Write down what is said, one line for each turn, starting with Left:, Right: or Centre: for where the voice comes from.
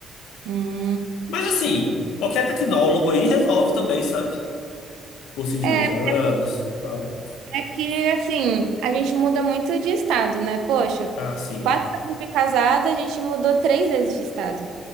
Right: Hum.
Left: Mas assim, qualquer tecnólogo aí resolve também, sabe? cursinho de
Right: É,
Left: dois anos, tal.
Right: é que assim, a gente muda muito de estado, né? Poxa,
Left: Ah, sim.
Right: quatro anos de casada, a gente mudou três vezes de estado.